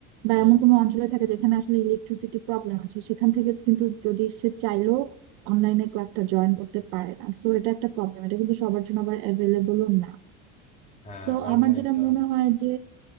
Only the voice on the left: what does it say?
হুম
হ্যাঁ
অনলাইনটা